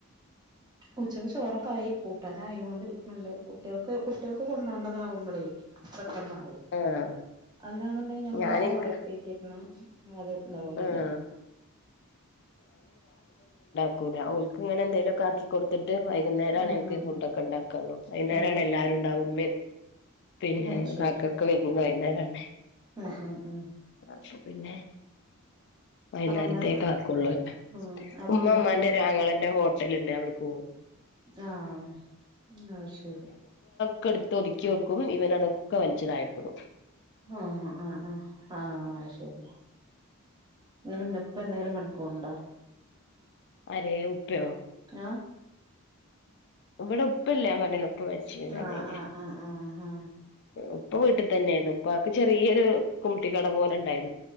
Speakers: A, on the right; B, on the left.
A: ഉച്ചക്ക് ചോറക്കായി കൂട്ടാനായി ങ്ങൊണ്ടിരിക്ക്ണ് ണ്ട് കുട്ടികൾക്ക് കുട്ടികൾക്ക് കൊണ്ടോണ്ടതാവുമ്പളേ ന്നായി
B: ആഹ്
A: അല്ലാന്ന്ണ്ടെങ്കിൽ <unintelligible>
B: ഞാനെനിക്ക്
A: താവും പിന്നെ
B: ആഹ് ക്കൂല ഇങ്ങനെ എന്തേലൊക്കെ ആക്കികൊടുത്തിട്ട് വൈകുന്നേരാണ്
A: ഉം
B: ഇൻക്ക്
A: ഉം
B: ഫുഡൊക്കെ ഇണ്ടാക്കാൻ നോക്ക വൈകുന്നരാണ്
A: ഉം
B: എല്ലാരുണ്ടാവ മ്മേം പിന്നെ
A: അത് ശരി
B: കാക്കൊക്കെ വരുന്ന വൈന്നേരാണ്
A: ഉം ഉം ഉം
B: അപ്പൊ പിന്നെ വൈകുന്നേരത്തേക്കാ
A: അപ്പൊ ഉമ്മയൊക്കെ
B: ക്കൊള്ളൂ
A: ഉം അപ്പൊ
B: ഉമ്മ
A: ഉമ്മയൊക്കെ
B: മ്മാന്റൊരു
A: എന്താ
B: ആങ്ങളന്റെ ഹോട്ടല്ണ്ട് അവിട്ക്ക് പോവും
A: ആ അത് ശെരി
B: ക്കെ ടുത്ത് ഒതുക്കി വെക്കും ഇവൻ അതൊക്കെ വലിച്ച് തായക്കിടും
A: ആ ആ ആ അത് ശെരിയാ ഇങ്ങളെ പ്പെന്തേലും പണിക്കോണ്ടോ
B: ആര് ഉപ്പയോ
A: ആ
B: ഇവിടെ ഉപ്പല്ല പറഞ്ഞീലെ ഉപ്പ മരിച്ചന്നേ
A: ആഹ് ആഹ് ആഹ് ആഹ്
B: ഇപ്പൊ വീട്ടിൽ തന്നെയായിരുന്നു ഇപ്പൊ ആക്ക് ചെറിയൊരു കുട്ടി ക്കട പോലെ ണ്ടായി